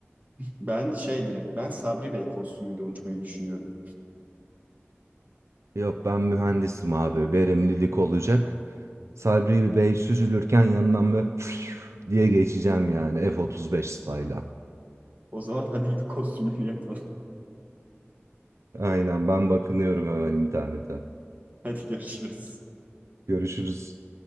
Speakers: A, on the right; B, on the right.
A: Ben şey direkt ben Sabri Bey kostümüyle uçmayı düşünüyorum.
B: <laughs> Yok ben mühendisim abi. Verimlilik olacak. Sabri Bey süzülürken yanından böyle <laughs> diye geçeceğim yani F-35 style'a.
A: O zaman hadi gidip kostümleri yapalım.
B: Aynen ben bakınıyorum hemen internete.
A: <laughs> Hadi görüşürüz.
B: Görüşürüz.